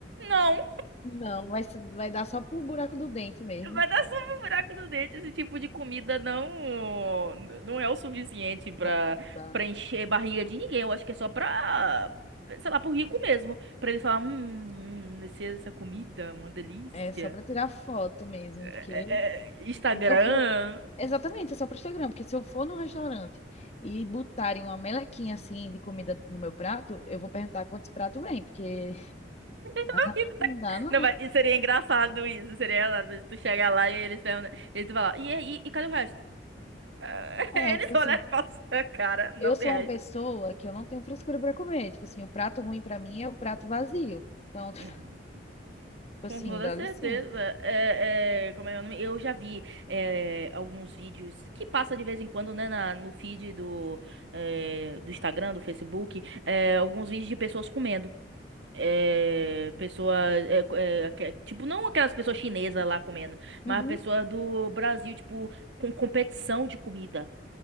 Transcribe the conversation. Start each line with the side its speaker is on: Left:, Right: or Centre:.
Right: não.
Left: Não, vai, se- vai dar só pro buraco do dente mesmo.
Right: Vai dar só um buraco no dente. Esse tipo de comida não não é o suficiente pra
Left: Não, dá.
Right: para encher barriga de ninguém. Eu acho que é só pra, sei lá, pro rico mesmo. Pra ele falar, hum, hum, esse- essa comida, uma delícia.
Left: É só pra tirar foto mesmo,
Right: É,
Left: porque
Right: é, é, Instagram.
Left: Se eu vou. Exatamente, é só para Instagram, porque se eu for num restaurante e botarem uma melequinha assim de comida no meu prato, eu vou perguntar quantos pratos vem, porque
Right: <laughs>
Left: <laughs> não dá, não.
Right: Não, vai, e seria engraçado isso. Seria engraçado se tu chegar lá e eles perguntam, e tu falar, e, e e, cadê o resto? Ah, <laughs>
Left: É,
Right: Eles
Left: tipo assim,
Right: olham pra sua cara, não
Left: eu sou
Right: tem resto.
Left: uma pessoa que eu não tenho frescura para comer. Tipo assim, o prato ruim para mim é o prato vazio. Então, <laughs> tipo
Right: Uhum.
Left: assim,
Right: Com toda
Left: dá
Right: certeza.
Left: licença.
Right: É, é, como é o nome? Eu já vi é, alguns vídeos que passa de vez em quando, né, na- no feed do, é, do Instagram, do Facebook, é, alguns vídeos de pessoas comendo. É, pessoa, é, é, aque- tipo, não aquelas pessoas chinesas lá comendo,
Left: Uhum.
Right: mas pessoa do Brasil, tipo, com competição de comida.